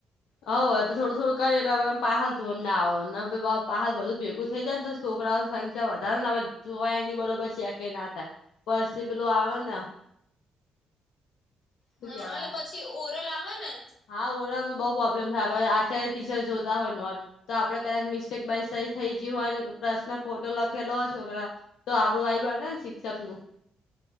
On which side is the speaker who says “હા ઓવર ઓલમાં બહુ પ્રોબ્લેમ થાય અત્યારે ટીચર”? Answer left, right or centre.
Left